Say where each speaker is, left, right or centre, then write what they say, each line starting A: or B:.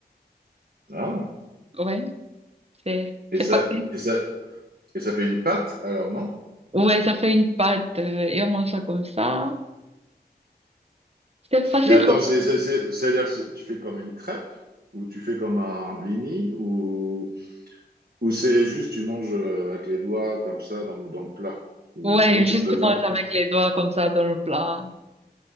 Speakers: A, on the right; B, on the right.
A: ah.
B: Ouais, c'est
A: Et
B: c'est
A: ça,
B: facile.
A: et ça, et ça fait une pâte, alors, non?
B: Ouais, ça fait une pâte euh, et on mange ça comme ça. C'est facile
A: Mais attends,
B: comme...
A: c'est, c'est, c'est- c'est-à-dire que c'est- tu fais comme une crêpe ou tu fais comme un blini ou, ou c'est juste tu manges euh, avec les doigts comme ça dans, le- dans le plat ou
B: Ouais,
A: comment tu
B: justement,
A: présentes?
B: avec les doigts comme ça dans le plat.